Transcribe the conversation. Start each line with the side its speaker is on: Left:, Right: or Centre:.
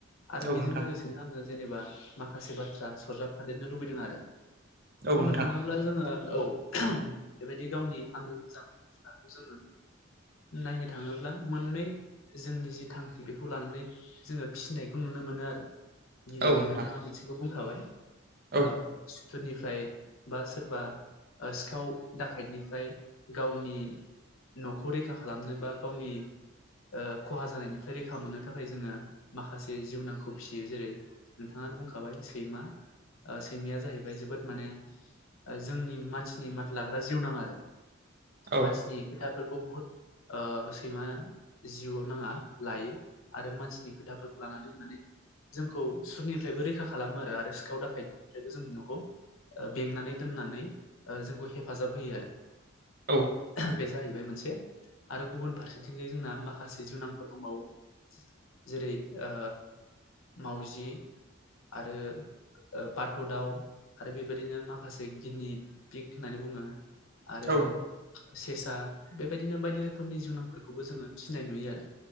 Left: आरो
Right: औ
Left: बेजों
Right: नोंथां
Left: लोगोसेनो आङो जेनेबा माखासे बाथ्रा सरजाबफादेरनो लुुबैदों आरो
Right: औ
Left: बुंनो
Right: नोंथां
Left: थाङोब्ला जोङो औ बेबायदि गावनि आंगो मोजां जुनारखौ जोङो नायनो थाङोब्ला मोननै जोंनि जि थांखि बेखौ लानानै जोङो फिसिनायखौ नु नो मोनो आरो गिबियावनो
Right: औ नोंथां
Left: नोंथाङा मोनसेखौ बुंखाबाय
Right: औ
Left: आ सोरनिफ्राय बा सोरबा आ सिखाव दाखायदनिफ्राय गावनि न'खौ रैखा खालामनो बा गावनि ओ खहा जानायनिफ्राय रैखा मोननो थाखाय जोङो माखासे जिउनांखौ फिसियो जेरै नोंथाङानो बुं आबाय सैमा आ सैमाया जाहैबाय जोबोद माने जोंनि मानसिनि माथ लाग्रा जिउ नाङा आरो।
Right: औ
Left: मानसिनि खोथाफोरखौ बुहुत ओ सैमा जिउआव नाङा लायो आरो मानसिनि खोथाफोर लानानै माने जोंखौ सुरनिफ्रायबो रैखा खालामो आरो सिखाव दाखायनिफ्रायबो जों न'खौ ओ बेंनानै दोननानै जोंखौ हेफाजाब होयो आरो
Right: औ।
Left: बे जाहैबाय मोनसे आरो गुबुन फारसेथिंजाय जोंना माखासे जुनांफोर मावयो। जेरै ओ मावजि आरो बाथ' दाव आरो बेबायदिनो माखासे गिनि पिक होननानै बुङो आरो
Right: औ
Left: सेसा बेबायदिनो बायदि रोखोमनि जुनांफोरखौबो जोङो थिनाय नुयो आरो।